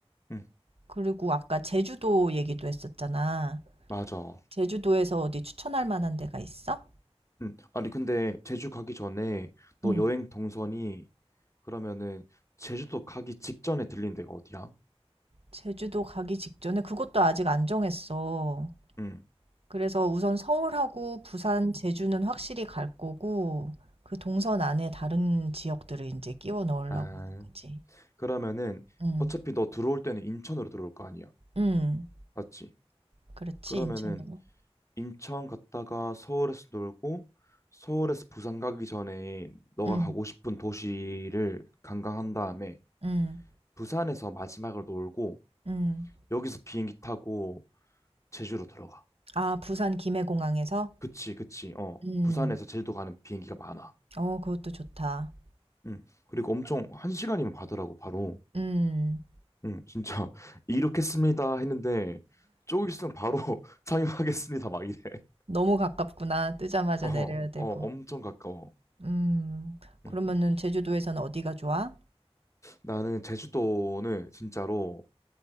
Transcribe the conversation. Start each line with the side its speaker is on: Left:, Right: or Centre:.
Left: 음,
Right: 그리고 아까 제주도 얘기도 했었잖아.
Left: 맞아.
Right: 제주도에서 어디 추천할 만한 데가 있어?
Left: 음, 아니, 근데 제주 가기 전에 너
Right: 응.
Left: 여행 동선이 그러면은 제주도 가기 직전에 들린 데가 어디야?
Right: 제주도 가기 직전에 그것도 아직 안 정했어.
Left: 음,
Right: 그래서 우선 서울하고 부산, 제주는 확실히 갈 거고, 그 동선 안에 다른 지역들을 이제 끼워 넣으려고
Left: 아,
Right: 하는 거지.
Left: 그러면은
Right: 응,
Left: 어차피 너 들어올 때는 인천으로 들어올 거 아니야.
Right: 응.
Left: 맞지?
Right: 그렇지,
Left: 그러면은
Right: 인천으로.
Left: 인천 갔다가 서울에서 놀고 서울에서 부산 가기 전에 너가
Right: 응,
Left: 가고 싶은 도시를 관광한 다음에
Right: 응,
Left: 부산에서 마지막으로 놀고
Right: 응.
Left: 여기서 비행기 타고 제주로 들어가.
Right: 아, 부산 김해공항에서?
Left: 그치, 그치. 어.
Right: 응.
Left: 부산에서 제주도 가는 비행기가 많아.
Right: 어, 그것도 좋다.
Left: 응. 그리고 엄청 한 시간이면 가더라고, 바로.
Right: 응.
Left: 응, 진짜 <laughs> 이렇게 씁니다 했는데 조금 있으면 바로 <laughs> 상륙하겠습니다 막 이래. <laughs>
Right: 너무 가깝구나. 뜨자마자
Left: 어,
Right: 내려야 되고.
Left: 어, 엄청 가까워.
Right: 음. 그러면은
Left: 응.
Right: 제주도에서는 어디가 좋아?
Left: 나는 제주도는 진짜로